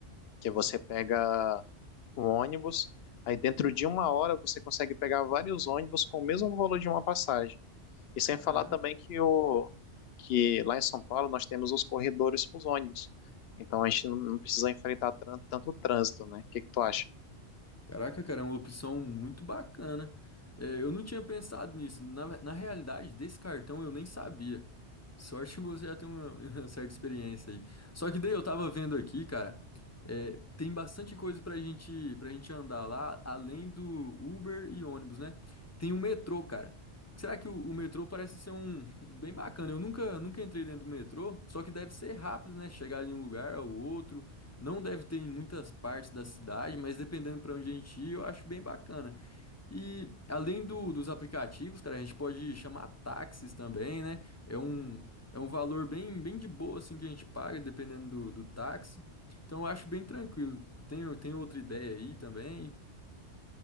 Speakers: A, on the left; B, on the left.
A: Que você pega um ônibus, aí dentro de uma hora você consegue pegar vários ônibus com o mesmo valor de uma passagem. E sem
B: Caraca.
A: falar também que, o, que lá em São Paulo nós temos os corredores para os ônibus. Então a gente não não precisa enfrentar tran- tanto trânsito, né? O que que tu acha?
B: Caraca, cara, é uma opção muito bacana. É, eu não tinha pensado nisso. Na, ve- na realidade, desse cartão eu nem sabia. Sorte que você já tem uma, <laughs> uma certa experiência aí. Só que daí eu tava vendo aqui, cara, é, tem bastante coisa pra gente, pra gente andar lá, além do Uber e ônibus, né? Tem o metrô, cara. Será que o, o metrô parece ser um, <laughs> um bem bacana? Eu nunca, nunca entrei dentro do metrô, só que deve ser rápido, né? Chegar de um lugar ao outro. Não deve ter em muitas partes da cidade, mas dependendo para onde a gente ir, eu acho bem bacana. E além do- dos aplicativos, cara, a gente pode chamar táxis também, né? É um, é um valor bem, bem de boa assim que a gente paga, dependendo do, do táxi. Então eu acho bem tranquilo. Tem, tem outra ideia aí também?